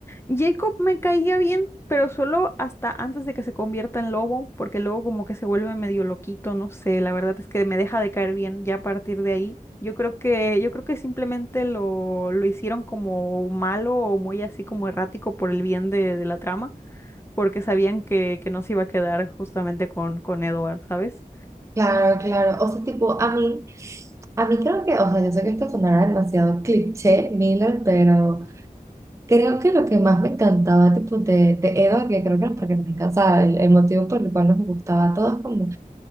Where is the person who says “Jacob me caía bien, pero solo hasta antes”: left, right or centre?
Left